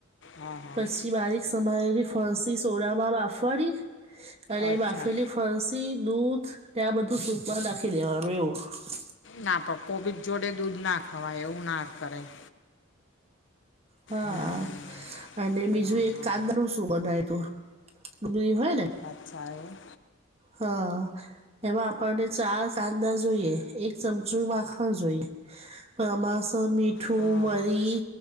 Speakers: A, on the left; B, on the right.
A: હા હા
B: પછી બારીક સમાયેલી ફરસી સોડામાં બાફવાની. અરે
A: અચ્છા
B: બાફેલી ફરસી, દૂધ ત્યાં બધું સૂપમાં નાખી દેવાનું એવું.
A: ના, પણ કોબીજ જોડે દૂધ ના ખવાય એવું ના કરાય.
B: હા,
A: હમ
B: અને બીજું
A: હા
B: એક
A: હા
B: કાંદા નું શું બનાયુ? તો ડુંગરી હોય ને.
A: ઓછા એમ.
B: હા. એમાં આપણને ચાર કાંદા જોઈએ, એક ચમચું માખણ જોઈએ, પણ આમાં મીઠું
A: હા
B: મરી
A: હા